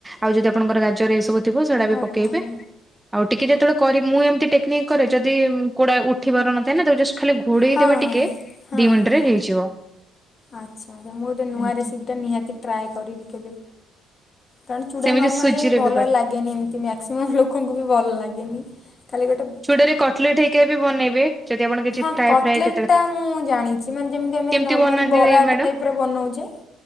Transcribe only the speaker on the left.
ଆଜ୍ଞା
ଆଜ୍ଞା।
ହଁ
ହଁ ହଁ
ହଁ
ହଁ।
ଆଚ୍ଛା ଆଚ୍ଛା ମୁଁ ଗୋଟେ ନୂଆ
ରେସିପିଟା ନିହାତି ଟ୍ରାଏ କରିବି କେବେ। କାରଣ ଚୁଡା
ନର୍ମାଲି
ଭଲ
ଲାଗେନି ଏମତି ମ୍ୟା ମାକ୍ସିମମ୍ ଲୋକଙ୍କୁ ବି ଭଲ ଲାଗେନି ଖାଲି ଗୋଟେ
ହଁ
କକ୍ଲେଟ୍
ମୁଁ ଜାଣିଛି। ଯେମତି ଆମେ
ନର୍ମାଲ
ବରା
ଟାଇପର ବନଉଚେ।